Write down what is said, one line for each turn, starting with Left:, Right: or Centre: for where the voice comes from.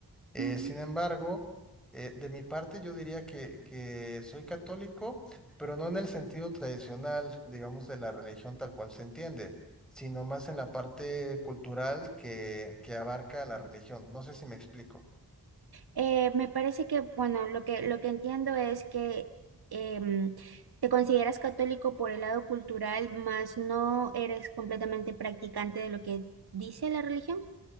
Centre: Eh,
Right: Mm.
Centre: sin embargo, eh, de mi parte yo diría que, que soy católico, pero no en el sentido tradicional, digamos, de la religión tal cual se entiende, sino más en la parte cultural que, que abarca la religión. No sé si me explico.
Right: Eh, me parece que, bueno, lo que, lo que entiendo es que em, te consideras católico por el lado cultural, mas no eres completamente practicante de lo que dice la religión.